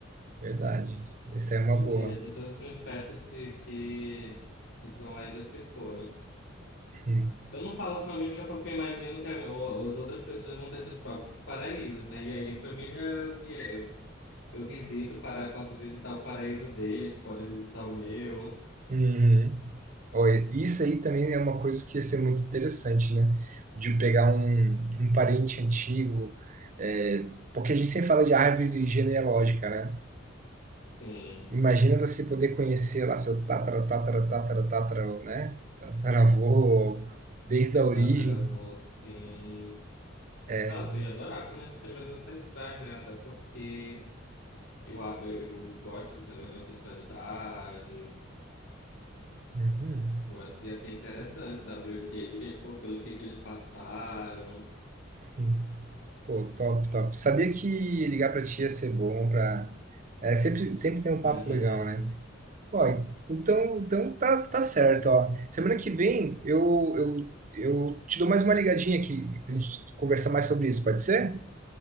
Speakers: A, on the right (about 40°); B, on the left (about 65°).
A: verdade. Essa é uma
B: Eu
A: boa.
B: queria ter todos os meus pets que, que, que estão lá e já se foram.
A: Hum.
B: Eu não falo família porque eu imagino que a- o- as outras pessoas vão ter seus próprios paraísos, né? E aí a família eu, vi- eu eu visito para posso visitar o paraíso deles, podem visitar o meu.
A: Uhum. Ó, e- isso aí também é uma coisa que ia ser muito interessante, né? De pegar um, um parente antigo, é, porque a gente sempre fala de árvore genealógica, né?
B: Sim,
A: Imagina você poder conhecer lá seu tatara, tatara, tatara, tatara, né? Tataravô, desde a origem.
B: tataravô, sim.
A: É.
B: Nossa, eu ia adorar conhecer meus ancestrais, né? Até porque eu, a- eu gosto desse negócio de ancestralidade.
A: Uhum.
B: Gosto, ia ser interessante saber o que, que pô, pelo que que eles passaram.
A: Uhum. Pô, top, top. Sabia que ligar pra ti ia ser bom pra. É, sempre, sempre tem um papo
B: <laughs>
A: legal, né? Ó, então, então tá, tá certo, ó. Semana que vem eu, eu, eu te dou mais uma ligadinha aqui pra gente conversar mais sobre isso, pode ser?